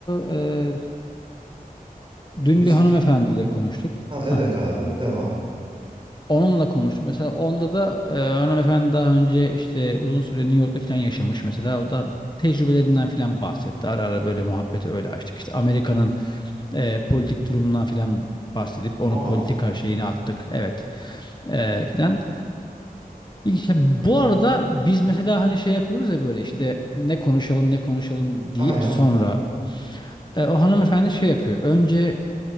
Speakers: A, on the left; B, on the right.
A: e, dün
B: Biz
A: bir hanımefendiyle
B: bir...
A: konuştuk.
B: Ha,
A: Heh.
B: evet abi devam.
A: Onunla konuştuk. Mesela onda da e, hanımefendi daha önce işte uzun süre New York'ta falan yaşamış mesela. O da tecrübelerinden falan bahsetti. Ara ara böyle muhabbeti öyle açtık. İşte Amerika'nın e, politik durumundan falan bahsedip onu
B: Aa.
A: politika şeyine attık. Evet e, filan. İlginç. Ya Bu arada biz mesela hani şey yapıyoruz ya böyle işte ne konuşalım ne konuşalım deyip
B: Aynen
A: sonra e, o hanımefendi şey yapıyor. Önce